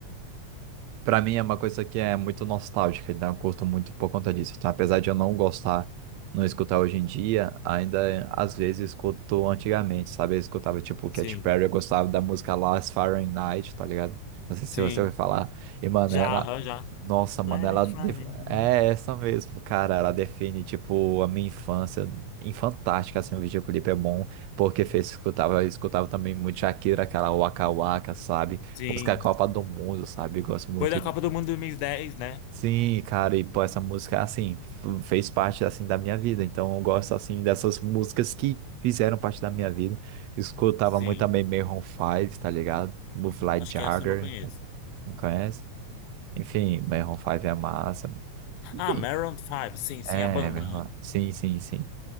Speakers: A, on the right; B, on the left.
A: Pra mim é uma coisa que é muito nostálgica, então eu curto muito por conta disso. Então, apesar de eu não gostar, não escutar hoje em dia, ainda às vezes escuto antigamente, sabe? Eu escutava tipo Katy
B: sim,
A: Perry, eu gostava da música Last Friday Night, tá ligado? Não sei se
B: sim.
A: você ouviu falar. E, mano,
B: Já,
A: ela.
B: aham, já.
A: Nossa, mano,
B: Let's
A: ela. def-
B: Friday, né?
A: É essa mesmo, cara. Ela define, tipo, a minha infância. Em fantástica, assim, o videoclipe é bom, porque fez, escutava, eu escutava também muito Shakira, aquela Waka Waka, sabe?
B: Sim.
A: Música Copa do Mundo, sabe? Eu gosto muito.
B: Foi da
A: de-
B: Copa do Mundo dois mil e dez né?
A: Sim, cara, e pô, essa música, assim, f- fez parte, assim, da minha vida. Então, eu gosto, assim, dessas músicas que fizeram parte da minha vida. Escutava
B: Sim.
A: muito também Maroon Five, tá ligado? Fly
B: Acho
A: Jagger,
B: que essa eu não conheço.
A: não conhece? Enfim, Maroon Five é massa. Enfim,
B: Ah, Maroon Five sim, sim,
A: é,
B: a banda,
A: Maroon...
B: né?
A: Sim, sim, sim.